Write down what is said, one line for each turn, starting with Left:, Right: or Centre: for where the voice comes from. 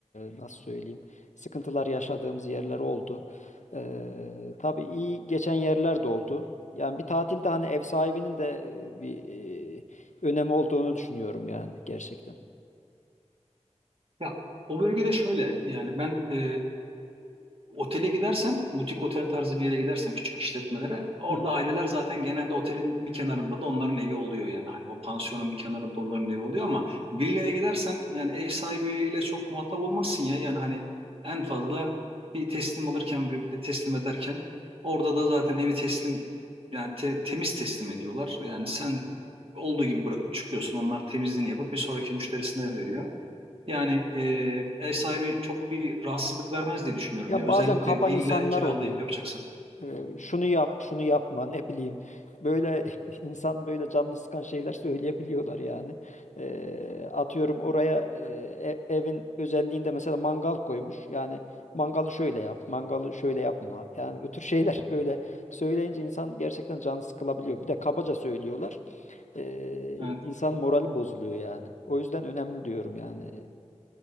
Left: E, nasıl söyleyeyim? Sıkıntılar yaşadığımız yerler oldu. Ee, tabii iyi geçen yerler de oldu. Yani bir tatilde hani ev sahibinin de e, bir e, önemi olduğunu düşünüyorum yani gerçekten.
Right: Ya o bölgede şöyle yani ben e, Otele gidersen, butik otel tarzı bir yere gidersen küçük işletmelere orada
Left: Hı hı.
Right: aileler zaten genelde otelin bir kenarında da onların evi oluyor yani. Hani o pansiyonun bir kenarında onların evi oluyor ama villaya gidersen yani ev sahibiyle çok muhatap olmazsın ya. Yani hani en fazla bir teslim alırken ve bir de teslim ederken orada da zaten evi teslim yani te- temiz teslim ediyorlar. Yani sen olduğu gibi bırakıp çıkıyorsun. Onlar temizliğini yapıp bir sonraki müşterisine veriyor. Yani e, ev sahibi çok bir rahatsızlık vermez diye düşünüyorum
Left: Ya
Right: ya. Özellikle
Left: bazen kaba
Right: villa
Left: insanlar
Right: kiralayıp
Left: oluyor.
Right: yapacaksan.
Left: Ee, şunu yap, şunu yapma, ne bileyim. Böyle <laughs> insan böyle canını sıkan şeyler söyleyebiliyorlar yani. Ee, atıyorum oraya e, e- evin özelliğinde mesela mangal koymuş. Yani mangalı şöyle yap, mangalı şöyle yapma. Yani bu tür şeyler <laughs> böyle söyleyince insan gerçekten canı sıkılabiliyor. Bir de kabaca söylüyorlar. Ee,
Right: Evet.
Left: insan morali bozuluyor yani. O yüzden önemli diyorum yani.